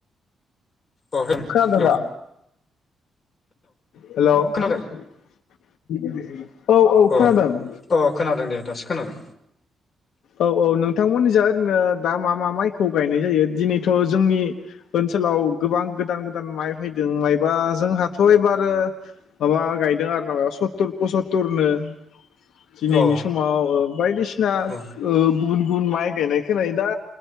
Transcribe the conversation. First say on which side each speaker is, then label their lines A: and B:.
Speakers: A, on the left; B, on the left.
A: अ हेल'
B: खोनादों
A: हेल'
B: दा? हेल'
A: खोनादों
B: औ औ
A: अ
B: खोनादों
A: अ खोनादों दे दासो खोनादों
B: औ औ नोंथांमोननिजों ओरैनो दा मा मा माइखौ गायनाय जायो दिनैथ' जोंनि ओनसोलाव गोबां गोदान गोदान माइ फैदों मायबा जोंहाथ' एबार माबा गायदों आरो ना सत्तुर पसत्तुरनो दिनैनि
A: अ
B: समाव बायदिसिना गुबुन
A: अ
B: गुबुन गुन माइ गायनायखोनायो दा